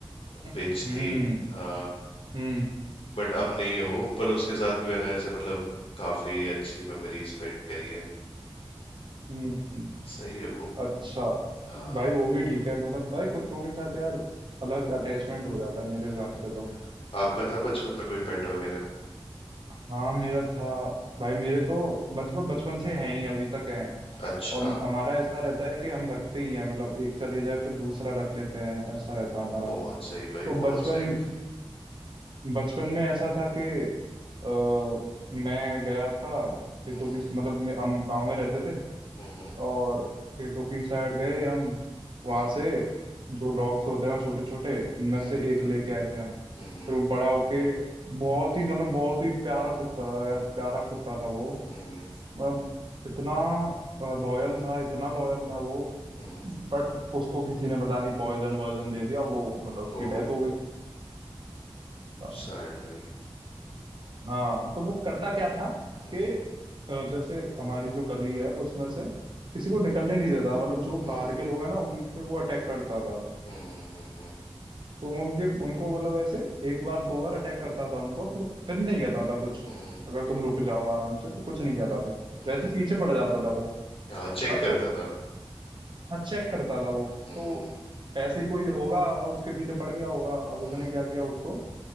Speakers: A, on the right; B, on the left.
A: हम्म
B: बिच थी हाँ
A: हम्म
B: बट अब नहीं है वो पर उसके साथ भी मैंने ऐसे मतलब काफी अच्छी मेमोरी स्पेंड करी है
A: हम्म
B: सही है वो
A: अच्छा
B: हाँ
A: भाई वो भी ठीक है मतलब भाई कुत्तों के साथ यार अलग अटैचमेंट हो जाता है मेरे
B: हम्म।
A: हिसाब से तो
B: आपका था बचपन में कोई पेट वगैरह
A: हाँ मेरा था भाई मेरे तो बचपन बचपन से हैं ही अभी तक हैं
B: अच्छा
A: और हमारा ऐसा रहता है कि हम रखते ही हैं मतलब एक चले जाए फिर दूसरा रख लेते हैं ऐसा रहता है हमारा
B: बहुत सही भाई
A: तो
B: बहुत
A: बचपन
B: सही
A: बचपन में ऐसा था कि अ, मैं गया था खेतों
B: हम्म
A: की मतलब मैं हम गांव में रहते थे
B: हम्म
A: और खेतों की साइड गए हम वहां
B: हम्म
A: से जो डॉग्स होते हैं छोटे छोटे उनमें
B: हम्म
A: से एक लेके आए थे हम फिर
B: हम्म
A: वो बड़ा होके बहुत ही मतलब बहुत ही प्यारा कुत्ता यार प्यारा कुत्ता था वो
B: हम्म हम्म,
A: मतलब इतना लॉयल था इतना लॉयल था वो
B: हम्म।
A: बट उसको किसी ने पता नहीं पॉइजन वॉइजन दे दिया वो मतलब उसकी
B: ओ
A: डेथ हो गई
B: सैड भाई
A: हाँ तो वो करता क्या था
B: हम्म
A: कि अ, जैसे हमारी जो गली है उसमें से किसी को निकलने नहीं देता मतलब जो
B: हम्म
A: बाहर के लोग हैं ना उन पे वो अटैक करता था अ,
B: हम्म हम्म हम्म
A: तो वो उनके उनको मतलब ऐसे एक बार दो बार अटैक करता था उनको फिर फिर नहीं कहता था कुछ
B: हम्म
A: अगर तुम रुक जाओ आराम से तो कुछ नहीं कहता था
B: हम्म,
A: वैसे पीछे पड़ जाता था वो
B: हाँ चेक
A: बट
B: करता था
A: हाँ चेक करता था वो
B: हम्म
A: तो ऐसे ही कोई होगा उसके पीछे पड़ गया होगा अब उसने
B: हम्म
A: क्या किया उसको